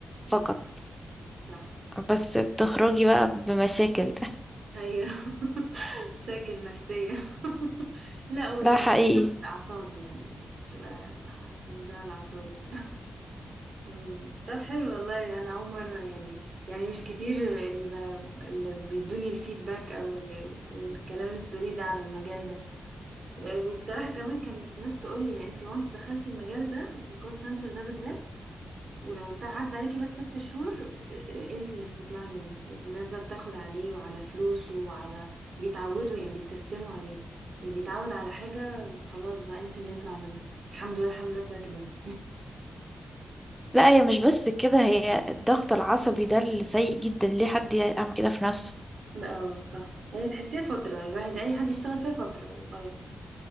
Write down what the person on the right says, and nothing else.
امم صح
ايوه <laughs> مشاكل نفسية <laughs> لا هو يعني
ضغط اعصاب يعني بتبقى ع- ده على اعصابك أمم، <laughs> طب حلو والله انا اول مرة يعني يعني مش كتير اللي, ب... اللي بيدوني الفيدباك او ال... ال- الكلام اللي انت بتقوليه ده على المجال ده وبصراحة كمان كانت ناس تقول لي انت وانس دخلتي المجال ده الكول سنتر ده بالذات ولو ارتاح عدى عليكي بس ست شهور اه، انسي انك تطلعي منه الناس بقى بتاخد عليه وعلى فلوسه وعلى بيتعودوا يعني بيتسيستموا عليه اللي بيتعود على حاجة خلاص بقى انسي انه يطلع منها بس الحمد لله الحمد لله طلعت منها
اه صح هي تحسيها فترة يعني الواحد اي حد يشتغل فيها فترة وخلاص